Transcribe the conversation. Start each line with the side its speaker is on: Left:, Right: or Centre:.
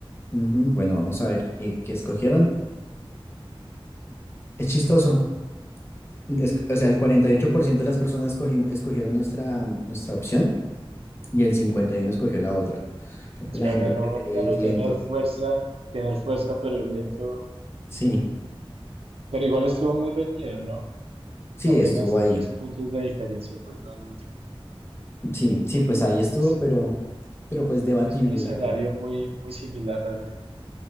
Left: Ujú, Bueno, vamos a ver qué, qué escogieron. Es chistoso. es- o sea, el 48% de las personas escogim- escogieron nuestra, mm, nuestra opción y el 51% escogió la otra. Creo
Right: O
Left: que
Right: sea,
Left: la gente
Right: ganó,
Left: prefiere
Right: ganó
Left: ir lento.
Right: tener fuerza, tener fuerza, pero ir lento
Left: Sí,
Right: Pero igual estuvo muy reñido, ¿no?
Left: sí,
Right: Apenas
Left: estuvo ahí.
Right: tres puntos de diferencia, pues no es mucho.
Left: Sí, sí, pues
Right: Sí, Es,
Left: ahí estuvo,
Right: es- es-
Left: pero, pero pues debatible,
Right: es un escenario
Left: la verdad.
Right: muy, muy similar realmente,